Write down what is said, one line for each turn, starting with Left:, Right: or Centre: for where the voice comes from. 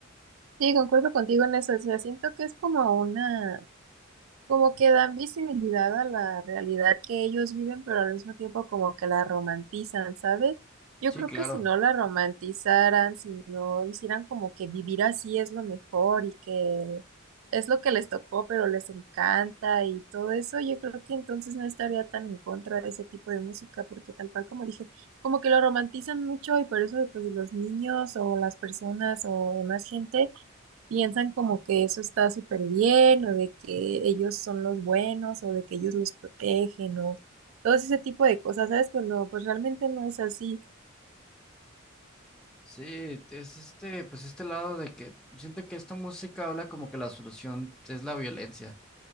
Right: Sí, concuerdo contigo en eso. O sea, siento que es como una Como que dan visibilidad a la realidad que ellos viven, pero al mismo tiempo como que la romantizan, ¿sabes? Yo
Centre: Sí,
Right: creo
Centre: claro.
Right: que si no la romantizaran, si no hicieran como que vivir así es lo mejor y que es lo que les tocó, pero les encanta y todo eso, yo creo que entonces no estaría tan en contra de ese tipo de música, porque tal cual como dije, como que lo romantizan mucho y por eso pues los niños o las personas o más gente piensan como que eso está súper bien o de que ellos son los buenos o de que ellos los protegen o todo ese tipo de cosas, ¿sabes? Cuando pues realmente no es así.
Centre: Sí, es este, pues este lado de que siento que esta música habla como que la solución es la violencia.